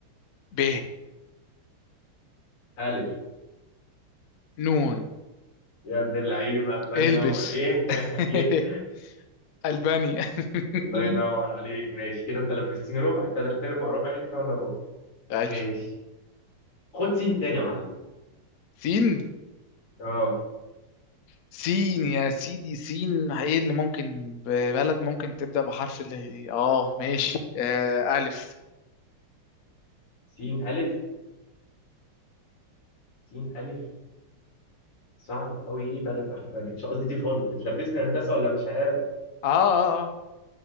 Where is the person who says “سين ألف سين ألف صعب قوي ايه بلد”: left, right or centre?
Left